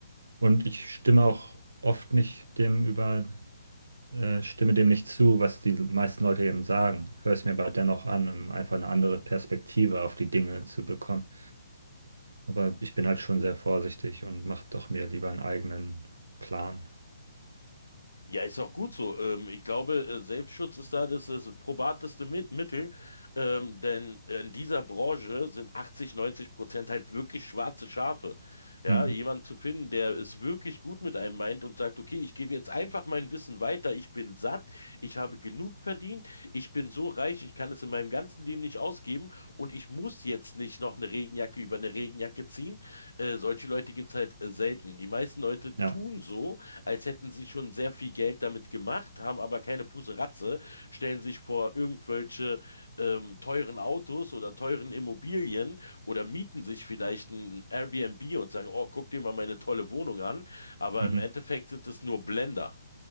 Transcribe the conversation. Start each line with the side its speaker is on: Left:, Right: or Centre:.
Right: Und ich stimme auch oft nicht dem über, äh, stimme dem nicht zu, was die meisten Leute eben sagen. Höre es mir aber dennoch an, um einfach eine andere Perspektive auf die Dinge zu bekommen. Aber ich bin halt schon sehr vorsichtig und mache doch mir lieber einen eigenen Plan.
Left: Ja, ist auch gut so. Ähm, ich glaube, äh, Selbstschutz ist da das, das probateste Mi- Mittel, ähm, denn in dieser Branche sind 80, 90 Prozent halt wirklich schwarze Schafe. Ja,
Right: Hm,
Left: jemanden zu finden, der es wirklich gut mit einem meint und sagt, okay, ich gebe jetzt einfach mein Wissen weiter, ich bin satt, ich habe genug verdient, ich bin so reich, ich kann es in meinem ganzen Leben nicht ausgeben und ich muss jetzt nicht noch eine Regenjacke über eine Regenjacke ziehen. Äh, solche Leute gibt es halt äh, selten. Die meisten Leute
Right: ja.
Left: tun so, als hätten sie schon sehr viel Geld damit gemacht, haben aber keine Puseratze, stellen sich vor irgendwelche ähm, teuren Autos oder teuren Immobilien oder mieten sich vielleicht ein Airbnb und sagen, oh, guck dir mal meine tolle Wohnung an. Aber
Right: Mhm.
Left: im Endeffekt sind es nur Blender,